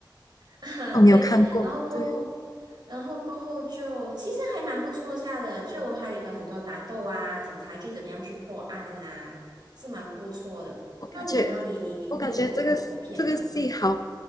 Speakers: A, on the right (about 60°); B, on the left (about 50°).
A: 啊对，
B: 哦，你有看过吗？
A: 然后过后，
B: 对，
A: 然后过后就其实还蛮不错下的，就还有很多打斗啊，警察去怎么样去破案呐、是蛮不错的。
B: 我感觉，
A: 那你呢？你你你会有看什么片吗？
B: 我感觉这个这个戏好，